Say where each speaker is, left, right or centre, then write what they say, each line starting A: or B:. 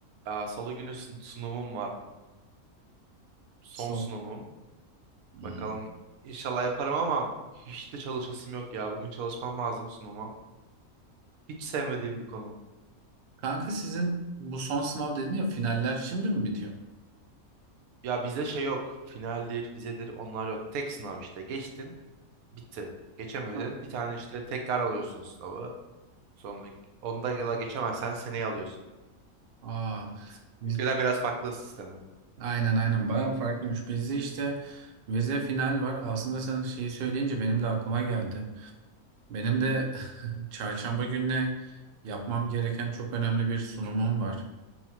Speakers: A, on the right; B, on the right.
A: Aa, Salı günü sun- sunumum var. Son
B: Son.
A: sunumum.
B: Hmm.
A: Bakalım inşallah yaparım ama hiç de çalışasım yok ya. Bugün çalışmam lazım sunuma. Hiç sevmediğim bir konu.
B: Kanka sizin bu son sınav dedin ya finaller şimdi mi bitiyor?
A: Ya bizde şey yok. Finaldir, vizedir onlar yok. Tek sınav işte. Geçtin, bitti. Geçemedin.
B: Ha,
A: Bir tane işte tekrar alıyorsun sınavı. Sonra onu da da geçemezsen seneye alıyorsun.
B: Aa,
A: Bizim
B: biz-
A: ülkeden biraz farklı sistemi.
B: aynen aynen bayağı farklıymış. Bizde işte vize final var. Aslında sen şeyi söyleyince benim de aklıma geldi. Benim de <laughs> çarşamba gününe yapmam gereken çok önemli bir sunumum var.